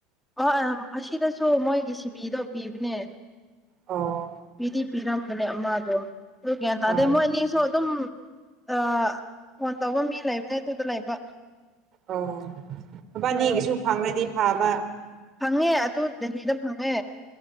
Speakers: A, in the centre; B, on the right.
A: ꯑꯣ ꯑꯁꯤꯗꯁꯨ ꯃꯣꯏꯒꯤ ꯁꯤꯕꯤꯗꯣ ꯄꯤꯕꯅꯦ
B: ꯑꯧ
A: ꯄꯤꯗꯤ ꯄꯤꯔꯝ ꯕꯅꯦ ꯃꯥꯗꯣ ꯑꯗꯨ ꯀ꯭ꯌꯥꯟ ꯇꯥꯗꯦ
B: ꯑꯥ
A: ꯃꯣꯏ ꯑꯅꯤꯁꯨ ꯑꯗꯨꯝ ꯑ ꯐꯣꯟ ꯇꯧꯕ ꯃꯤ ꯂꯩꯕꯅꯦ ꯑꯗꯨꯗ ꯂꯩꯕ
B: ꯑꯣ ꯃꯕꯥꯅꯤꯒꯤꯁꯨ
A: ꯑꯗꯣ
B: ꯐꯪꯉꯗꯤ ꯐꯥꯕ
A: ꯐꯪꯉꯦ ꯑꯗꯨ ꯗꯦꯜꯂꯤꯗ ꯐꯪꯉꯦ